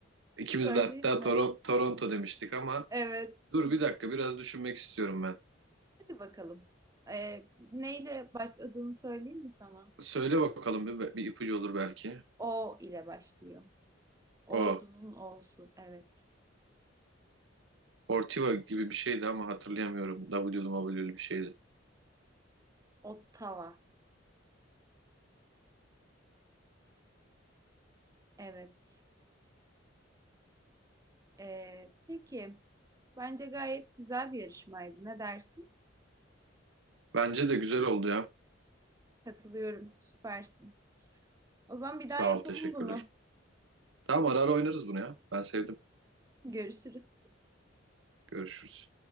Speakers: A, on the right; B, on the right.
A: İkimiz
B: Söyleyeyim
A: de hatta
B: mi?
A: Toro- Toronto demiştik ama
B: Evet.
A: dur bir dakika biraz düşünmek istiyorum ben.
B: Hadi bakalım. Ee, neyle başladığını söyleyeyim mi sana?
A: Söyle bakalım bir, bir ipucu olur belki.
B: O ile başlıyor. Ordunun
A: O
B: O'su. Evet.
A: Ortiva gibi bir şeydi ama hatırlayamıyorum. WWW'lü bir şeydi.
B: Ottawa. Evet. Ee, peki. Bence gayet güzel bir yarışmaydı. Ne dersin?
A: Bence de güzel oldu ya.
B: Katılıyorum. Süpersin. O zaman bir
A: Sağ
B: daha yapalım
A: ol teşekkürler.
B: bunu.
A: Tamam ara ara oynarız bunu ya. Ben sevdim.
B: Görüşürüz.
A: Görüşürüz.